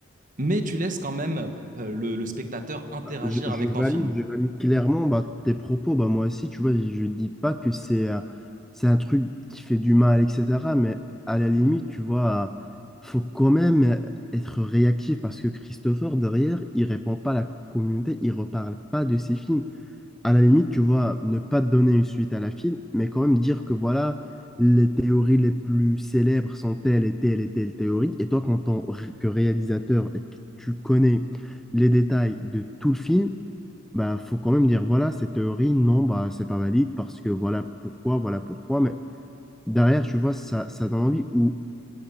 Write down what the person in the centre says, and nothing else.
Je, je
valide,
je valide clairement bah, tes propos. Bah, moi aussi, tu vois, je dis pas que c'est euh, c'est un truc qui fait du mal, etc. Mais à la limite, tu vois, euh, faut quand même euh, être réactif parce que Christopher, derrière, il répond pas à la communauté, il reparle pas de ses films à la limite, tu vois, ne pas donner une suite à la film, mais quand même dire que voilà, les théories les plus célèbres sont telles et telles et telles théories. Et toi, quand tant ré- que réalisateur et que tu connais les détails de tout le film, bah, faut quand même dire voilà, cette théorie, non, bah, c'est pas valide parce que voilà pourquoi, voilà pourquoi. Mais derrière, tu vois, ça, ça donne envie ou